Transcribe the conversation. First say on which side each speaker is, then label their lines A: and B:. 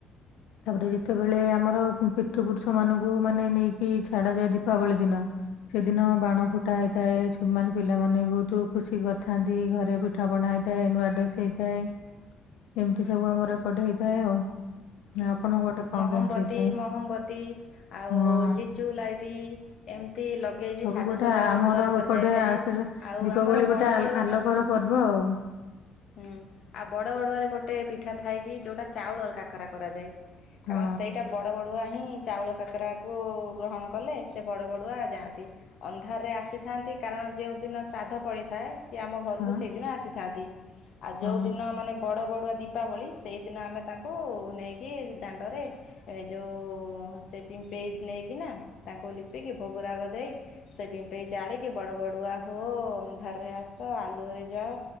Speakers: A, on the left; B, on the left.
A: ତାପରେ ଯେତେବେଳେ ଆମର ପୀଠୁପୁରୁଷ ମାନଙ୍କୁ ମାନେ ନେଇକି ଛାଡା ଯାଏ ଦୀପାବଳି ଦିନ। ସେଦିନ ବାଣ ଫୁଟ୍ ଫୁଟା ହେଇଥାଏ ଛୁମାନେ ପିଲାମାନେ ବହୁତ ଖୁସି କରିଥାନ୍ତି ଘରେ ପିଠା ପଣା ହେଇଥାଏ ନୂଆ ଡ୍ରେସ ହେଇଥାଏ। ଏମତି
B: ହୁଁ
A: ସବୁ ଆମର ଏପଟେ ହେଇଥାଏ ଆଉ।
B: ହୁଁ
A: ଆପଣଙ୍କ ଗୋଟେ କଣ
B: ମହମବତୀ
A: କେମିତି ହେଇଥାଏ?
B: ମହମବତୀ ଆଉ
A: ହଁ
B: ଲିଚୁ ଲାଇଟି ଏମିତି ଲଗେଇକି
A: ସବୁ
B: ସାଜସଜ୍ଜା
A: ଗୋଟେ ଆ-
B: ଘର
A: ଆମର
B: ଦ୍ଵାର କରି
A: ଏପଟେ
B: ଯାଇଥାଏ
A: ଆସେ
B: ଆଉ
A: ଦୀପାବଳି
B: ଆମର
A: ଗୋଟେ
B: ବଡ
A: ଆଲ
B: ବଡୁଆ
A: ଆଲୋକର ପର୍ବ ଆଉ।
B: ହୁଁ ଆଉ ବଡ ବଡୁଆରେ ଗୋଟେ ପିଠା ଥାଏ କି ଯୋଉଟା ଚାଉଳର କାକରା କରାଯାଏ। କାରଣ
A: ହଁ
B: ସେଇଟା ବଡ଼ ବଡ଼ୁଆ ହିଁ ଚାଉଳ କାକରାକୁ ଗ୍ରହଣ କଲେ ସେ ବଡ଼ ବଡ଼ୁଆ ଯାଆନ୍ତି। ଅନ୍ଧାରେ ଆସିଥାନ୍ତି କାରଣ ଯେଉଁ ଦିନ ଶ୍ରାଦ୍ଧ ପଡିଥାଏ ସିଏ ଆମ ଘରକୁ
A: ହଁ
B: ସେଇଦିନ ଆସିଥାନ୍ତି ଆଉ ଯୋଉ
A: ହଁ
B: ଦିନ ମାନେ ବଡ଼ ବଡ଼ୁଆ ଦୀପାବଳି ସେଇଦିନ ଆମେ ତାଙ୍କୁ ନେଇକି ଦାଣ୍ଡରେ ଏ ଯୋଉ ସେ ପିମ୍ପେଇ ନେଇକିନା ତାଙ୍କୁ ଲିପିକି ଭୋଗ ରାଗ ଦେଇ ସେ ପିମ୍ପେଇ ଜାଳିକି ବଡ଼ ବଡ଼ୁଆ ହୋ ଅନ୍ଧାରେ ଆସ ଆଲୁଅରେ ଯାଅ